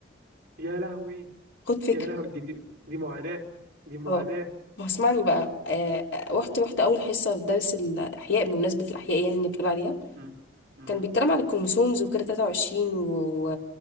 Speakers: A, on the right; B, on the left.
A: يا لهوي
B: خد فكره
A: يا لهوي دي دي, دي معاناه دي معاناه
B: اه ما اسمعني بقى آه، رحت رحت اول حصه في درس الاحياء بمناسبه الاحياء يعني اللي بتقول عليها
A: امم امم
B: كان بيتكلم عن الكروموسومز وكده 23 و...